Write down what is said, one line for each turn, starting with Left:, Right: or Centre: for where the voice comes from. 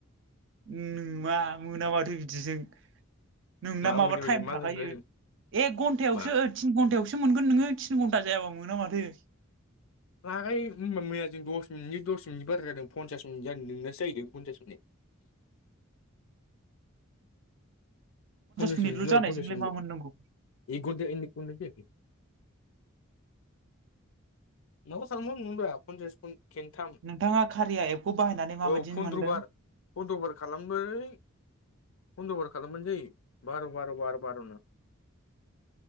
Right: <unintelligible> माथो बिदिजों नोंना
Left: मा
Right: माबा
Left: मोना
Right: टाइम
Left: बेलाय मालायनि
Right: थाखायो
Left: रायलाय
Right: एक घन्टायावसो
Left: मा
Right: तिन घन्टायावसो मोनगोन नोङो तिन घन्टा जायाबा मोना माथो
Left: लागाय होमबा मैया जों दस मिनिटनि दस मिनिटनि बारा जादों पन्सास मिनिट जादों नोंनासो जाहैदों पन्सास मिनिट पन्सास
Right: मिनिटल'
Left: मिनि
Right: जानायजोंलाय
Left: पसास मिद
Right: मा मोननांगौ
Left: एग घन्टा एख घन्टा जायाखै न सालम मोनोबा आ <unintelligible> खेनथाम
Right: नोंथाङा खारिया एपखौ बाहायनानै माबायदि
Left: औ पन्द्रबार
Right: मोनदों
Left: फन्द्रबार खालाम बै फन्द्रबार खालाम मोनजै बार बार' बार बारनो